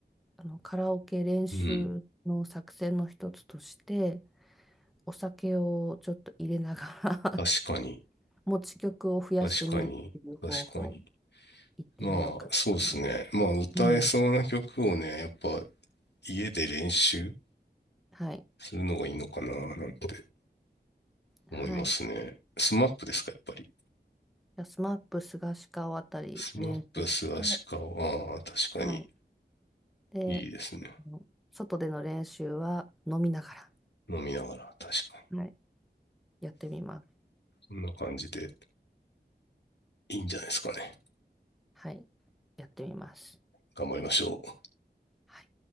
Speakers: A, in the centre; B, on the left.
A: あのカラオケ練習の作戦の一つとして
B: うん。
A: お酒をちょっと入れながら
B: 確かに。
A: <laughs> 持ち曲を増やしてみるっていう方法
B: 確かに。確かに。
A: 行ってみようかと思います。
B: まあ、そうですね。まあ、歌えそうな曲をね、
A: うん。
B: やっぱ家で練習
A: はい。
B: するのがいいのかな、なんて思いますね。
A: はい。じ
B: スマップですか、やっぱり。
A: ゃあスマップ菅氏顔あたり練習して、
B: スマップ、スアシカオああ、確かに
A: はい。で、
B: いいですね。
A: あの外での練習は飲みなが
B: 飲みながら、確かに。
A: ら、はい、やってみます。
B: こんな感じでいいんじゃないですかね。
A: はい。やってみます。
B: 頑張りましょう。
A: はい